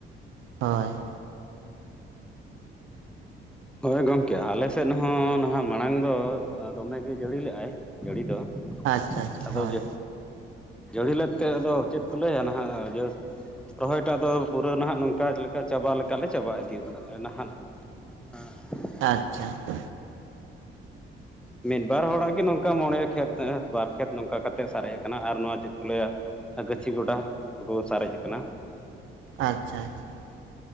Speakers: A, on the right; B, in the centre.
A: ᱦᱳᱭ ᱾
B: ᱦᱳᱭ ᱜᱚᱢᱠᱮ ᱟᱞᱮ ᱥᱮᱫ ᱦᱚᱸ ᱱᱟᱦᱟᱜ ᱢᱟᱲᱟᱝ ᱫᱚ ᱫᱚᱢᱮᱜᱮ ᱡᱟᱹᱲᱤᱞᱮᱜᱼᱟᱭ ᱾ ᱡᱟᱹᱲᱤ ᱫᱚ
A: ᱟᱪᱪᱷᱟ ᱟᱪᱪᱷᱟ
B: ᱟᱫᱚ
A: ᱦᱳᱭ
B: ᱡᱮ ᱡᱟᱹᱲᱤ ᱞᱮᱫ ᱛᱮ ᱟᱫᱚ ᱪᱮᱫ ᱠᱚ ᱞᱟᱹᱭᱟ ᱱᱟᱦᱟᱜ ᱡᱟᱹᱥ ᱨᱚᱦᱚᱭ ᱴᱟᱜ ᱫᱚ ᱯᱩᱨᱟᱹ ᱱᱟᱦᱟᱜ ᱱᱚᱝᱠᱟ ᱞᱮᱠᱟ ᱪᱟᱵᱟ ᱞᱮᱠᱟᱞᱮ ᱪᱟᱵᱟ ᱤᱫᱤ ᱟᱠᱟᱫ ᱞᱮᱭᱟ ᱱᱟᱦᱟᱜᱱᱟᱜ ᱾ ᱦᱮᱸ
A: ᱟᱪᱪᱷᱟ ᱾
B: ᱢᱤᱫ ᱵᱟᱨ ᱦᱚᱲᱟᱜ ᱜᱮ ᱱᱚᱝᱠᱟ ᱢᱚᱬᱮ ᱠᱷᱮᱛ ᱵᱟᱨ ᱠᱷᱮᱛ ᱱᱚᱝᱠᱟ ᱠᱟ ᱠᱟᱛᱮᱫ ᱥᱟᱨᱮᱡ ᱟᱠᱟᱱᱟ ᱟᱨ ᱱᱚᱣᱟ ᱪᱮᱫ ᱠᱚ ᱞᱟᱹᱭᱟ? ᱜᱟᱹᱪᱷᱤ ᱜᱚᱰᱟ ᱠᱚᱠᱚ ᱥᱟᱨᱮᱡ ᱟᱠᱟᱱᱟ ᱾
A: ᱟᱪᱪᱷᱟ ᱟᱪᱷᱟ ᱾